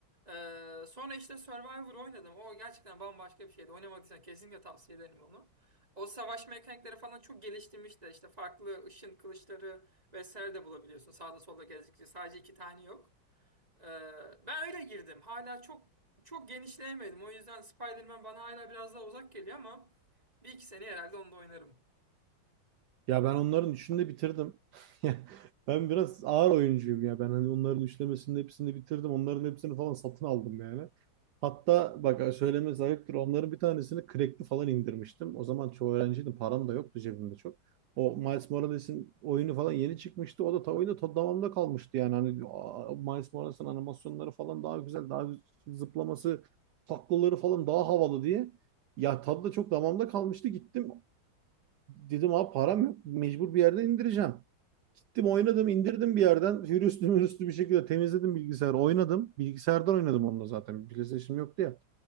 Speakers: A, on the right; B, on the right.
A: Ee, sonra işte Survivor oynadım. O gerçekten bambaşka bir şeydi. Oynamadıysan kesinlikle tavsiye ederim onu. O savaş mekanikleri falan çok geliştirmiş de işte farklı ışın kılıçları vesaire de bulabiliyorsun. Sağda solda gezdikçe sadece iki tane yok. Ee, ben öyle girdim. Hala çok çok genişleyemedim. O yüzden Spider-Man bana hala biraz daha uzak geliyor ama bir iki sene herhalde onu da oynarım.
B: Ya ben onların üçünü de bitirdim. <laughs> Ya Ben biraz ağır oyuncuyum ya. Ben hani onların üçlemesinin hepsini bitirdim. Onların hepsini falan satın aldım yani. Hatta bak söylemesi ayıptır. Onların bir tanesini crack'li falan indirmiştim. O zaman çoğu öğrenciydim. Param da yoktu cebimde çok. O Miles Morales'in oyunu falan yeni çıkmıştı. O da ta oyunda ta damamda kalmıştı yani. Hani aa, Miles Morales'in animasyonları falan daha güzel, daha güz- zıplaması, taklaları falan daha havalı diye. Ya tadı da çok damamda kalmıştı. Gittim Dedim abi param yok. Mecbur bir yerden indireceğim. Gittim oynadım indirdim bir yerden. Hürüstü mürüstü bir şekilde temizledim bilgisayarı. Oynadım. Bilgisayardan oynadım onunla zaten. PlayStation yoktu ya.